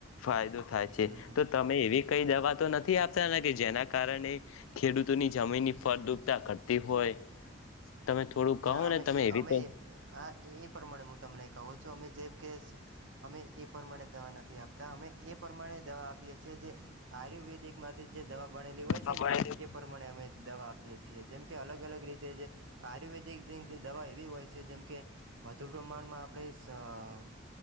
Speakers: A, on the left; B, on the right.
A: ફાયદો થાય છે
B: હમ હમ
A: તો તમે એવી કઈ દવા તો નથી આપતા જેના કારણે ખેડૂતોની જમીનની ફળદુપતા ઘટતી હોય. તમે થોડું કહો
B: ના અમે
A: ને તમે
B: એ
A: એવી
B: અમે
A: તો
B: આ એ પ્રમાણે હું તમને કહું છું અમે જે. કે અમે એ પ્રમાણે દવાના આપતા અમે એ પ્રમાણે દવા આપીએ છીએ જે આયુર્વેદિક માંથી જે દવા બનેલી હોય
A: હા
B: છે ને એ પ્રમાણે અમે દવા આપીએ છીએ જેમ કે અલગ અલગ રીતે જે આયુર્વેદ. દવા એવી હોય છે જેમ કે. વધુ પ્રમાણમાં આપણે